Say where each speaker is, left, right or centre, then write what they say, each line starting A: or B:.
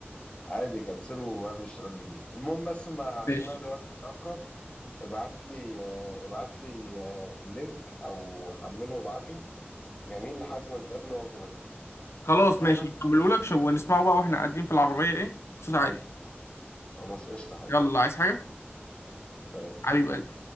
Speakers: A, on the left; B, on the left.
A: عادي كنسله واعمل اشتراك جديد المهم بس ما عشان
B: ماشي
A: انا دلوقتي متأخر ابعت لي آه، ابعت لي آه، اللينك او حمله وابعته جميل لحد ما نتقابل واخده منك
B: خلاص
A: اتفقنا
B: ماشي نكمله لك ونسمعه بقى واحنا قاعدين في العربية ايه بصوت عالي
A: خلاص قشطة يا حبيبي
B: يلا عايز حاجة
A: سلام
B: حبيب قلبي